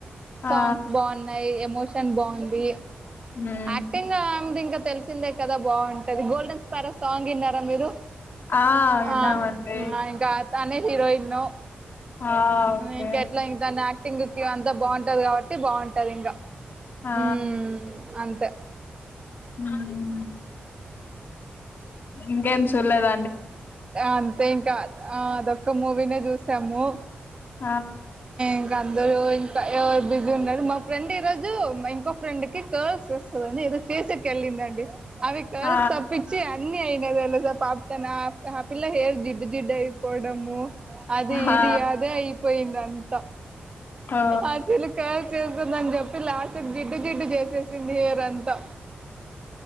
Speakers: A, on the left (about 60°); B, on the right (about 25°).
A: ఆ
B: సాంగ్స్ బాగున్నాయి ఎమోషన్ బాగుంది
A: మ్మ్
B: యాక్టింగ్ అదింకా తెలిసిందే కదా బాగుంటది గోల్డెన్ స్పారో సాంగ్ విన్నారా మీరు
A: ఆ విన్నామండి
B: ఆ ఇంకా తనే హీరోయిన్ను
A: ఆ ఓకే
B: ఇంకేట్లా దానా యాక్ట్ టింగికి అంత బాగుంటది కాబ టే బాగుంటది ఇంకా
A: ఆ
B: ‌హ్మ్మ్ అంతే
A: హ్మ్మ్ ఇంకేం సుల్డేద్
B: అంతే ఇంకా అదొక్క మూవినే జుసాము
A: ఆ
B: ఇంకా అందరు ఇంకా ఎవరు బిజీ ఉన్నారు మా ఫ్రెండ్ ఈ రోజు ఇంకో ఫ్రెండ్ కి కర్ల్స్ వస్తుందని ఏదో చేసకి ఏళ్ళిందండి అవి కల్స్
A: ఆ
B: తప్పించి అన్ని అయినవే జా పాపత నా ఆ పిల్ల హెయిర్ జిడ్ జిడ్ అయి పోడము అది
A: ఆ
B: ఇది అదే అయిపోయింది అంతా
A: ఓ
B: అసలు కల్ చేస్తుందని చెప్పి లాస్ట్ జిడ్ జిడ్డు చేసేసింది హెయిర్ అంతా